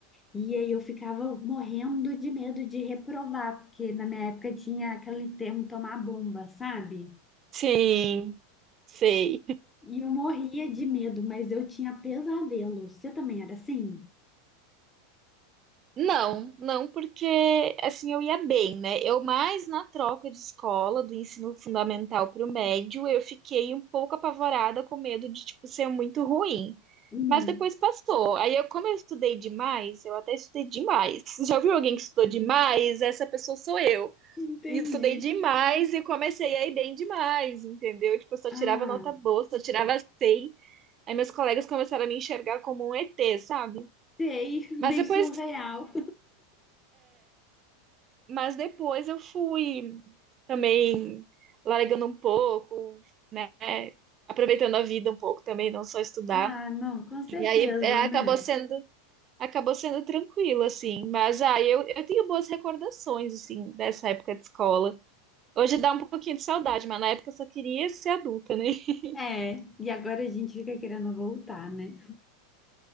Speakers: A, on the left; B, on the right.
A: E aí eu ficava morrendo de medo de reprovar, porque na minha época tinha aquele termo tomar bomba, sabe?
B: Sim, sei.
A: E eu morria de medo, mas eu tinha pesadelo. Você também era assim?
B: Não, não, porque assim eu ia bem, né? Eu mais na troca de escola do ensino fundamental para o médio, eu fiquei um pouco apavorada com medo de tipo ser muito ruim.
A: Hum,
B: Mas depois passou. Aí eu, como eu estudei demais, eu até estudei demais. <laughs> Já ouviu alguém que estudou demais? Essa pessoa sou eu.
A: entendi.
B: Estudei demais e comecei a ir bem demais, entendeu? Tipo, eu só
A: Ah,
B: tirava nota boa, só tirava 100. Aí meus colegas começaram a me enxergar como um ET, sabe?
A: sei, <laughs>
B: Mas
A: bem
B: depois
A: surreal.
B: mas depois eu fui também largando um pouco, né? Aproveitando a vida um pouco também, não só estudar.
A: Ah, não, com certeza,
B: E aí é, acabou
A: né?
B: sendo, acabou sendo tranquilo, assim. Mas ah, eu, eu tenho boas recordações, assim, dessa época de escola. Hoje dá um pouquinho de saudade, mas na época eu só queria ser adulta, né? <laughs>
A: É, e agora a gente fica querendo voltar, né?